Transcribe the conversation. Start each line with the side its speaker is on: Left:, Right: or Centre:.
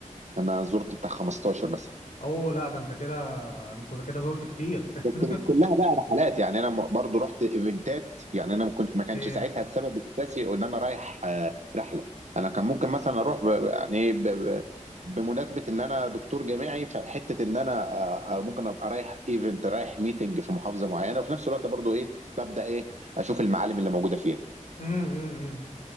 Right: انا زرت بتاع 15 بس
Left: اوه لا ده انت كده <laughs> انت كده زرت كتير <laughs>
Right: بس مش كلها بقى رحلات يعني انا م- برضو رحت ايفنتات يعني انا ما كنت ما كانش
Left: ايه
Right: ساعتها السبب الاساسي ان انا رايح آه، رحله انا كان ممكن مثلا اروح ب... يعني إيه ب... ب- بمناسبه ان انا دكتور جامعي فحته ان انا آه، آه، ممكن ابقى رايح ايفنت رايح ميتنج في محافظه معينه وفي نفس الوقت برضو ايه ببدا ايه اشوف المعالم اللي موجوده فيها
Left: امم امم